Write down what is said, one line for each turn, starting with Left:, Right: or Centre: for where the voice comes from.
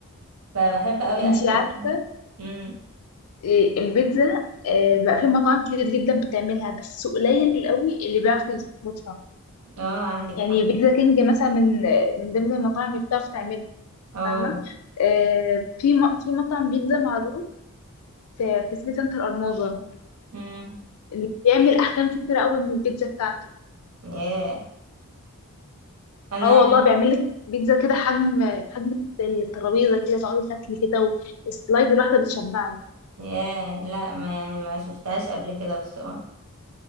Right: فبحب قوي
Left: انتي
Right: اكل
Left: عارفة
Right: بره. امم
Left: إيه، البيتزا آه، بقى في مطاعم كتير جدا بتعملها بس قليل قوي اللي بيعرف يظبطها
Right: اه عندك
Left: يعني
Right: حق
Left: بيتزا كينج مثلا من من ضمن المطاعم اللي بتعرف تعملها
Right: اه
Left: فاهمة آه، في م- في مطعم بيتزا معروف في في سيتي سنتر الماظة
Right: امم
Left: اللي بيعمل أحجام كتير قوي من البيتزا بتاعته
Right: ياه انا
Left: اه والله بيعمل لك بيتزا كده حجم حجم الترابيزة كده تقعدي تاكلي كده والسلايد الواحدة بتشبعك
Right: ياه لا ما يعني ما شفتهاش قبل كده بصراحه